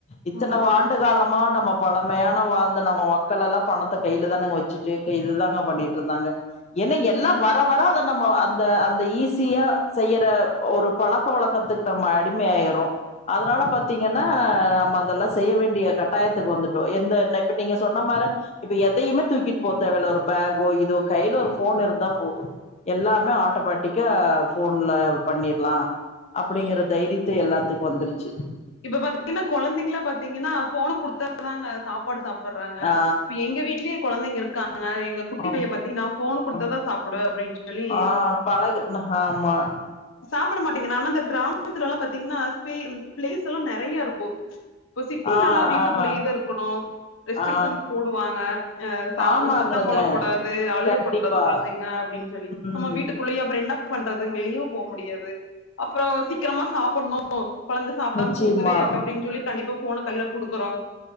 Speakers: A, on the left (about 35°); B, on the left (about 80°).
A: இத்தன
B: ஆமா
A: வாண்டு காலமா நம்ம பழமையான வாழ்ந்த நம்ம வக்களல்லா பண த்த கைல தானங் வச்சுட்டு க இதுதாங்க பண்ணிட்ருந்தாங்க என்னெ எல்லாம்
B: ம்
A: வ அ வராத நம்ம அந்த அந்த ஈஸியா செய்யற ஒரு பழக்கொ வழக்கத்துக்கு பம அடிமேய்றோ அதனால பாத்தீங்கன்னா நம்ம அதெல்லா செய்ய வேண்டிய கட்டாயத்துக்கு வந்துட்டோ எந்த நெப்பு நீ சொன்ன மார இப்ப எதையுமே தூக்கிட் போ தேவல்ல ஒரு பேஃக்கோ இதோ கைல ஒரு ஃபோன் இருந்தா போது எல்லாமே ஆட்டோமேட்டிக்கா ஃபோன்ல பண்ணிர்லா அப்டிங்கற தைரித்த எல்லாத்துக் வந்துருச்சி
B: இப்ப பாத் இன்னா கொழந்தைங்கிளா பாத்தீங்கின்னா ஃபோன குடுத்தாதாங்க சாப்பாடு சாப்பறாங்க
A: ஆ
B: பி எங்க வீட்லியே கொழந்தைங்க இருக்காங்க எங்க குட்டிபைய
A: ஆ
B: பாத்தீங்கன்னா ஃபோன குடுத்ததா
A: ஆ
B: சாப்புடுவ அப்டின்னு சொல்லி
A: ஆ பழகட்ன ஹாமா
B: சாப்புட மாட்டேங்கனா நா அந்த க்ராம் த்துலல்லா பாத்தீங்னா ஸ்பே உம் ப்ளேஸல்லா நெறையாருக்கு ப்போ சிட்டிலல்லா
A: ஆ
B: வீட்டுக்குள்ளயேதா
A: ஆ
B: இருக்கணு ரெஸ்ட்ரிக்ஷன்
A: ஆ
B: போடுவாங்க அ சவ்
A: ஆமாங்களுங்க
B: சத்தம் போடக் கூடாது அழுக
A: கண்டிப்பா
B: கொட் அது கொழந்தைங்க அப்டின் சொல்லி
A: ம்
B: உள்ளயே அப்ற என்ன பண்றது வெளியு போ முடியாது அப்றோ சிக்ரமா சாப்புணு உ கொழந்த சாப்டாம
A: நிச்சயமா
B: தூங்குதே அப்டின் ஜொல்லி கண்டிப்பா ஃபோன கைய்லப் குடுக்குறோ